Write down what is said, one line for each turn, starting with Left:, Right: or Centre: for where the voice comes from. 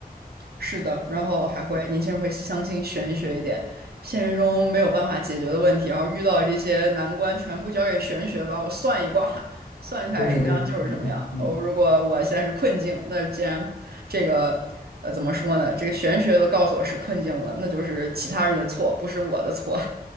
Right: 是的，然后还会年轻人会相信玄学一点，现实中没有办法解决的问题，然后遇到这些难关，全部交给玄学吧，我算一卦，<laughs> 算出来什么样就是什么样。
Left: 对对，嗯嗯嗯
Right: 哦，如果我现在是困境，那既然这个呃怎么说呢，这个玄学都告诉我是困境了，那就是其他人的错，不是我的错。